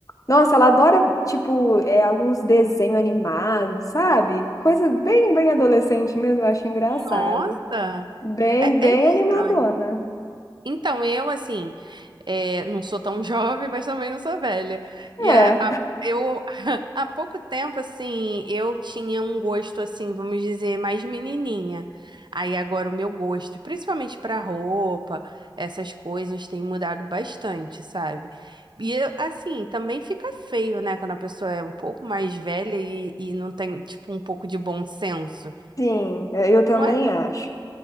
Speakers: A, on the left; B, on the right.
A: Nossa, ela adora, tipo, é, alguns desenhos animados, sabe? Coisa bem, bem adolescente mesmo, eu acho engraçado.
B: nossa,
A: Bem,
B: é,
A: bem
B: é estranho.
A: animadona.
B: Então, eu, assim, é, não sou tão <laughs> jovem, mas também não sou velha. E
A: É,
B: a, a- eu, <laughs> há pouco tempo, assim, eu tinha um gosto, assim, vamos dizer, mais menininha. Aí agora o meu gosto, principalmente pra roupa, essas coisas, tem mudado bastante, sabe? E, eu, assim, também fica feio, né, quando a pessoa é um pouco mais velha e, e não tem, tipo, um pouco de bom senso.
A: sim, é, eu também
B: Não é,
A: acho.